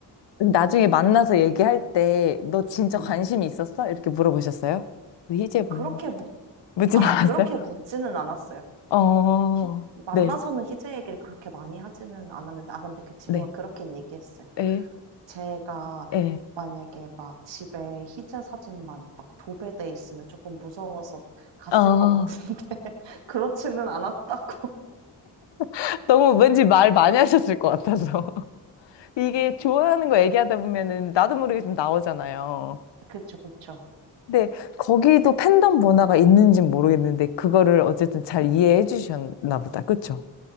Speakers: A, on the left (about 75°); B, on the right (about 85°).
A: 나중에
B: 통했던
A: 만나서
B: 것 같아요.
A: 얘기할 때, 너 진짜
B: 네.
A: 관심이 있었어? 이렇게 물어보셨어요? 우리 희재분.
B: 그렇게 묻,
A: 묻진
B: 아,
A: 않았어요?
B: 그렇게 묻지는 않았어요.
A: 어,
B: 희- 만나서는
A: 네,
B: 희재 얘기를 그렇게 많이 하지는 않았는데, 아, 근데 그 친구가
A: 네,
B: 그렇게 얘기했어요.
A: 에,
B: 제가
A: 에,
B: 만약에 막 집에 희재 사진만 막 도배돼 있으면 조금 무서워서 갔을
A: 어.
B: 것 같은데, <laughs> 그렇지는 않았다고.
A: <laughs> 너무 왠지 말 많이 하셨을 것 같아서. <laughs> 이게 좋아하는 거 얘기하다 보면은 나도 모르게 좀 나오잖아요.
B: <laughs> 그쵸, 그쵸.
A: 근데 거기도 팬덤 문화가 있는진 모르겠는데, 그거를 어쨌든 잘 이해해 주셨나 보다. 그쵸?